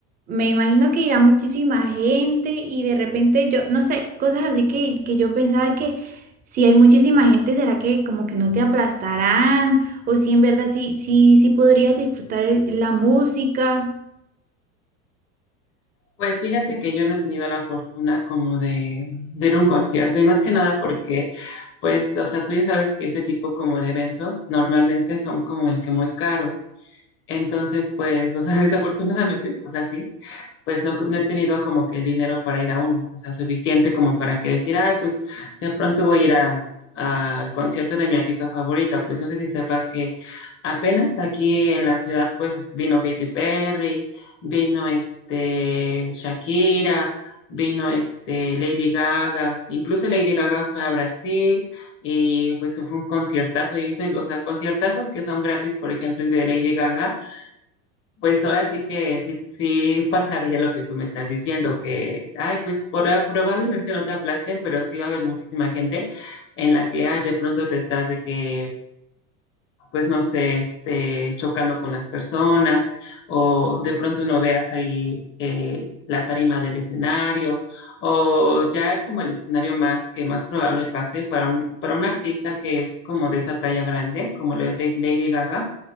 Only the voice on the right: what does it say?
me imagino que irá muchísima gente y de repente yo, no sé, cosas así que, que yo pensaba que si hay muchísima gente, ¿será que como que no te aplastarán? O si en verdad sí, sí, sí podrías disfrutar el- la música.